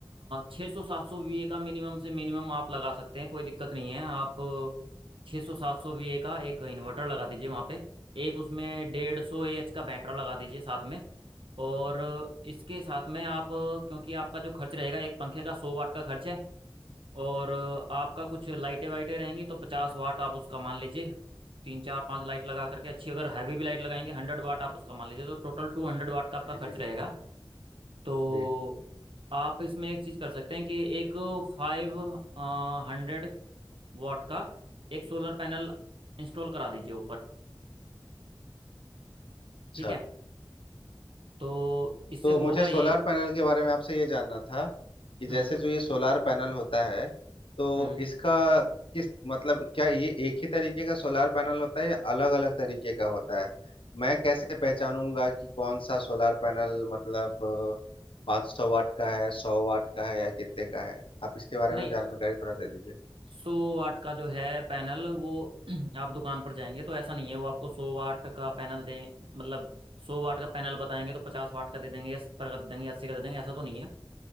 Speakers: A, on the right; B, on the left.
A: छः सौ सात सौ वी ए का मिनिमम से मिनिमम आप लगा सकते हैं कोई दिक्कत नहीं है आप छः सौ सात सौ वी ए का एक इन्वर्टर लगा दीजिए वहाँ पे एक उसमें डेढ़ सौ ए एच का बैटरा लगा दीजिए साथ में और इसके साथ में आप क्योंकि आपका जो खर्च रहेगा एक पंखे का सौ वाट का खर्च है और आपका कुछ लाइटें वाइटें रहेंगी तो पचास वाट आप उसका मान लीजिए तीन चार पांच लाइट लगा करके अच्छी अगर हैवी भी लाइट लगाएंगे हंड्रेड वाट आप उसका मान लीजिए तो टोटल टू हंड्रेड वाट का आपका
B: जी
A: खर्च
B: जी
A: रहेगा तो
B: जी
A: आप इसमें एक चीज़ कर सकते हैं कि एक फाइव हंड्रेड वाट का एक सोलर पैनल इंस्टॉल करा दीजिए ऊपर
B: अच्छा
A: ठीक है तो इससे
B: तो मुझे
A: होगा
B: सोलार
A: ये
B: पैनल के बारे में आपसे ये जानना था कि जैसे
A: हम्म
B: जो ये सोलार पैनल होता है तो
A: हम्म
B: इसका किस मतलब क्या ये एक ही तरीके का सोलार पैनल होता है या अलग अलग तरीके का होता है मैं कैसे पहचानूंगा कि कौन सा सोलार पैनल मतलब पाँच सौ वाट का है सौ वाट का है या कितने का है आप इसके बारे
A: नहीं
B: में जानकारी थोड़ा दे दीजिए
A: सौ वाट का जो है पैनल वो <clears throat> आप दुकान पर जाएंगे तो ऐसा नहीं है वो आपको सौ वाट का पैनल दें मतलब सौ वाट का पैनल बताएंगे तो पचास वाट का दे देंगे या सत्तर का दे देंगे अस्सी का दे देंगे ऐसा तो नहीं है